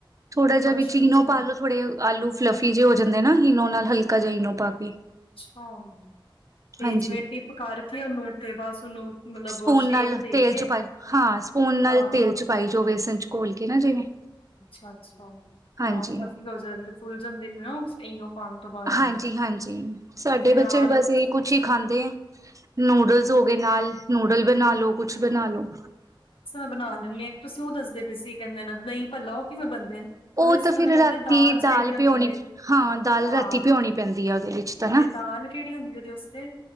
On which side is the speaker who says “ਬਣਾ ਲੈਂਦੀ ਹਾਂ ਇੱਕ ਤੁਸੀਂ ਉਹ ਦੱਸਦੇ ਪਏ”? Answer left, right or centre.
Left